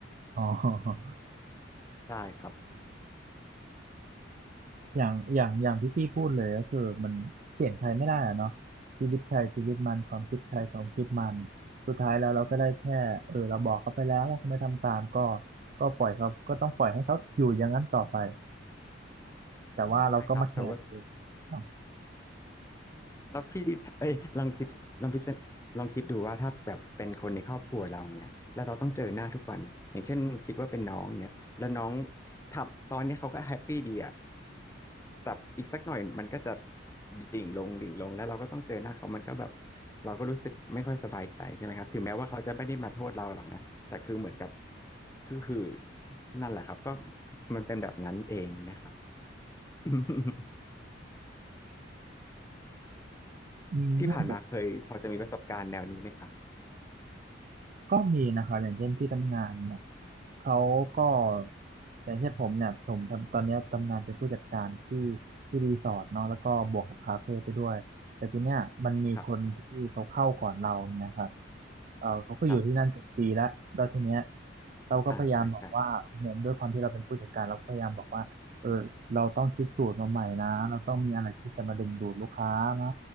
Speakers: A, on the right; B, on the left.
A: อ๋อ
B: ได้ครับ
A: อย่างอย่างอย่างที่พี่พูดเลยก็คือมันเปลี่ยนใครไม่ได้อะเนาะชีวิตใครชีวิตมันความคิดใครความคิดมันสุดท้ายแล้วเราก็ได้แค่เออเราบอกเขาไปแล้วว่าเขาไม่ทำตามก็ก็ปล่อยเขาก็ต้องปล่อยให้เขาอยู่อย่างนั้นต่อไปแต่ว่าเราก็มาแคร์ตัวเองเนาะ
B: ใช่ครับแต่ว่า แล้วพี่เอ้ยลองคิดลองพิจารลองคิดดูว่าถ้าแบบเป็นคนในครอบครัวเราเนี่ยแล้วเราต้องเจอหน้าทุกวันอย่างเช่นคิดว่าเป็นน้องเนี่ยแล้วน้องทับตอนเนี้ยเขาก็แฮปปี้ดีอะแต่อีกสักหน่อยมันก็จะดิ่งลงดิ่งลงแล้วเราก็ต้องเจอหน้าเขามันก็แบบเราก็รู้สึกไม่ค่อยสบายใจใช่ไหมครับถึงแม้ว่าเขาจะไม่ได้มาโทษเราหรอกนะแต่คือเหมือนกับคือคือนั่นแหละครับก็มันเป็นแบบนั้นเองเนี่ยครับ <laughs>
A: อืมเรื่องแบบ
B: ที่ผ่านมาเคยพอจะมีประสบการณ์แนวนี้ไหมครับ
A: ก็มีนะคะอย่างเช่นที่ทำงานเนี่ย เขาก็อย่างเช่นผมเนี่ยผมทำตอนเนี้ยทำงานเป็นผู้จัดการที่ที่รีสอร์ทเนาะแล้วก็บวกกับคาเฟ่ไปด้วยแต่ทีเนี้ยมันมีคนที่เขาเข้าก่อนเราเนี่ยครับ
B: ครับ
A: เออเขาก็อยู่ที่นั่นเจ็ดปีแล้วแล้วทีเนี้ย
B: ครับ
A: เราก็พยายามบอกว่าเนี่ยด้วยความที่เราเป็นผู้จัดการเราก็พยายามบอกว่าเออเราต้องคิดสูตรมาใหม่นะเราต้องมีอะไรที่จะมาดึงดูดลูกค้านะ
B: อ่าใช่ใช่